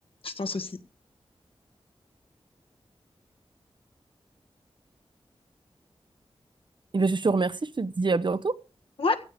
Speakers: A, on the left (about 65°); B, on the right (about 50°).
A: je pense aussi.
B: Eh bien, je te remercie. Je te dis à bientôt.
A: Ouais.